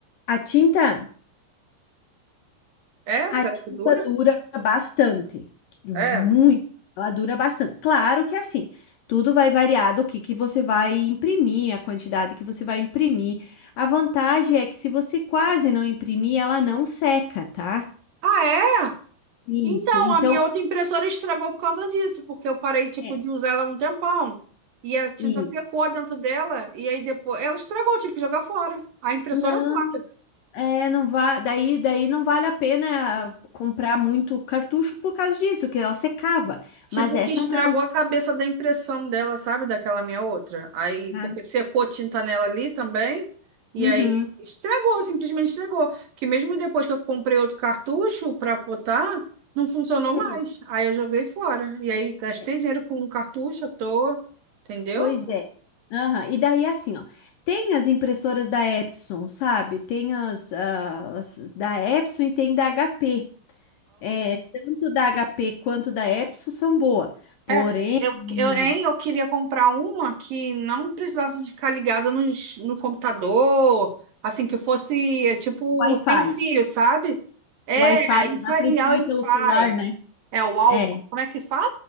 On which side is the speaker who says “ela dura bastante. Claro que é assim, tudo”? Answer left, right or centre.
Left